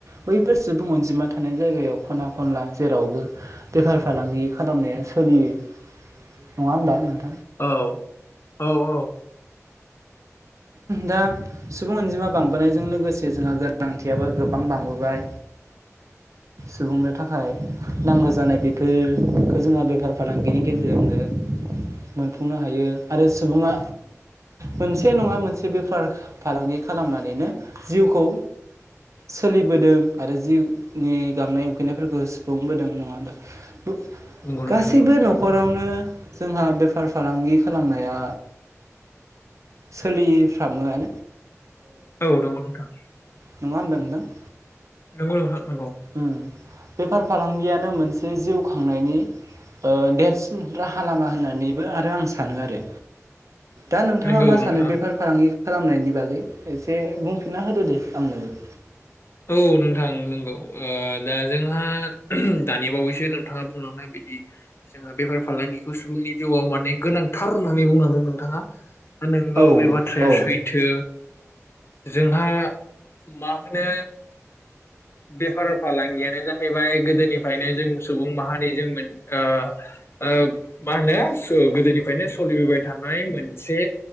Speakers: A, on the right (about 70°); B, on the left (about 50°).
A: बैफोर सुबुं अनजिमा थानाय जायगायाव खना खनला जेरावबो बेफार फालांगि खालामनाया सोलियो नङा होमबा नों
B: औ औ औ
A: दा सुबुं अनजिमा बांबोनायजों लोगोसे जोंहा गोनांथि आबो गोबां बांबोबाय सुबुंनो थाखाय नांगौ जानाय बेफोरखौ जोंहा बेफार फालांगिनि गेजेरजोंनो मोनफुंनो हायो आरो सुबुङा मोनसे नङा मोनसे बेफार फालांगि खालामनानैनो जिउखौ सोलिबोदों आरो जिउनि गांनाय उखैनायफोरखौ सुफुंबोदों नङा होमबा बु गासैबो
B: नंगौ नोंथां नंगौ
A: न'खरावनो जोंहा बेफार फालांगि खालामनाया सोलिफ्रामोआनो
B: औ दङ नोंथां
A: नङा होनदों नोंथां
B: नोंगौ नोंथां नंगौ
A: उम बेफार फालांगियानो मोनसे जिउ खांनायनि ओ देरसिन राहा लामा होननानैबो आरो आं सानो आरो दा नोंथाङा
B: नंगौ
A: मा
B: नोंथां
A: सानो बेफार फालांगि खालामनायनि बागै एसे बुंफिनना होदो दे आंनोबो
B: औ नोंथां नंगौ ओ दा जोंहा दानि बावैसो नोंथाङा बुंलांनाय बादि जोंहा बेफार फालांगिखौ सुबुंनि जिउआव माने गोनांथार होननानै बुंलांदों नोंथाङा दा नोंगौ
A: औ
B: बे बाथ्राया
A: औ
B: सैथो जोंहा मा होनो बेफार फालांगियानो जा हैबाय गोदोनिफ्रायनो जों सुबुं माहारि जों मोन ओ ओ मा होनो सो गोदोनिफ्रायनो सोलिबोबाय थानाय मोनसे